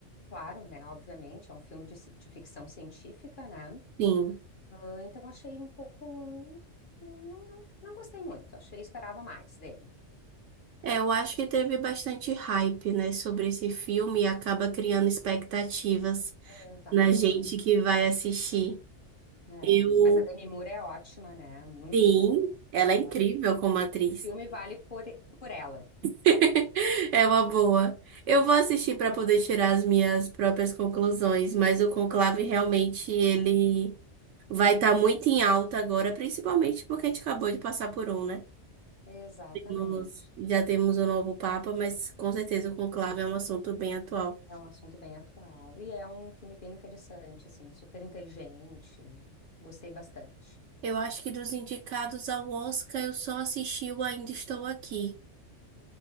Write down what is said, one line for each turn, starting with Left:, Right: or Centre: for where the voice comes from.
Left: Claro, né, obviamente, é um filme de, ci- de ficção científica, né?
Right: Sim.
Left: Ah, então achei um pouco, hum, não, não, não, não gostei muito, achei, esperava mais dele.
Right: É, eu acho que teve bastante hype, né, sobre esse filme e acaba criando expectativas
Left: É, Exatamente.
Right: na gente que vai assistir.
Left: É,
Right: Eu,
Left: mas a Demi Moore é ótima, né? Muito
Right: sim,
Left: boa.
Right: ela é incrível
Left: Olha,
Right: como atriz.
Left: o filme vale por, por ela.
Right: <laughs> É uma boa. Eu vou assistir para poder tirar as minhas próprias conclusões, mas o Conclave realmente ele vai estar muito em alta agora, principalmente porque a gente acabou de passar por um, né?
Left: Exatamente.
Right: Temos- já temos o novo Papa, mas com certeza o Conclave é um assunto bem atual.
Left: É um assunto bem atual e é um filme bem interessante, assim, super inteligente. Gostei bastante.
Right: Eu acho que dos indicados ao Oscar, eu só assisti o Ainda Estou Aqui,